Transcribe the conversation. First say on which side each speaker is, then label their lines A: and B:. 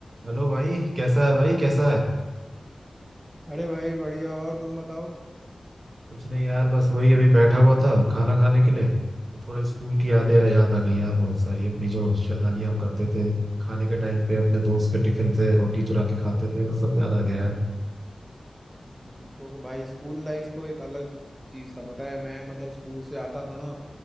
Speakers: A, on the right (about 60°); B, on the right (about 20°).
A: Hello भाई कैसा है भाई कैसा है
B: अरे भाई बढ़िया और तुम बताओ
A: कुछ नहीं यार बस वही अभी बैठा हुआ था खाना खाने के लिए तो थोड़ा स्कूल की यादें याद आ गई यार बहुत सारी अपनी जो शैतानियां हम करते थे खाने के टाइम पे अपने
B: हम्म,
A: दोस्त के टिफिन से रोटी चुरा के खाते थे वो सब याद आ गया यार
B: हम्म, तो भाई स्कूल लाइफ तो एक अलग चीज था पता है मैं मतलब स्कूल से आता था ना